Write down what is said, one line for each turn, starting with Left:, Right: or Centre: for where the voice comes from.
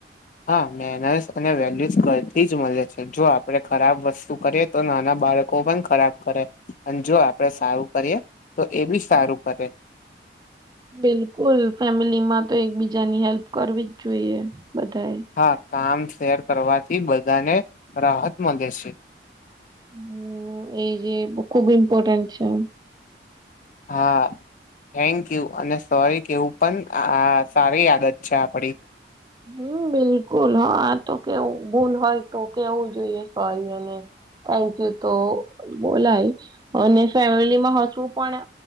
Left: હા, મહેનસ અને વેલ્યુસ કલથી જ મલે છે. જો આપડે ખરાબ વસ્તુ કરીએ તો નાના બાળકો પણ ખરાબ કરે અને જો આપડે સારું કરીએ તો એ બી સારું કરે.
Right: બિલકુલ. ફેમિલીમાં તો એકબીજાની હેલ્પ કરવી જ જોઈએ બધાએ.
Left: હા કામ શેર કરવાથી બધાને રાહત મલે સે.
Right: હું એ જે ખુબ ઇમ્પોર્ટન્ટ છે.
Left: હા. થેન્કયુ અને સોરી કેવું પણ આ સારી આદત છે આપડી.
Right: હું બિલકુલ હા તો કેવું ભૂલ હોય તો કેવું જોઈએ સોરી અને થેન્કયુ તો બોલાય, અને ફેમિલીમાં હજુ પણ